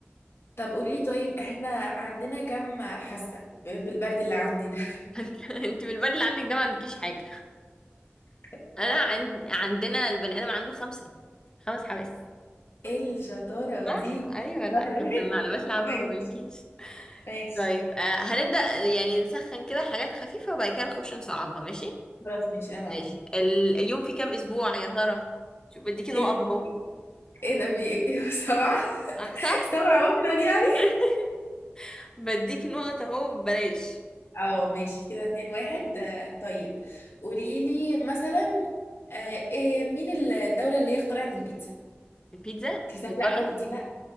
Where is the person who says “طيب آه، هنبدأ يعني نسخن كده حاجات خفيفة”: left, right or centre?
Left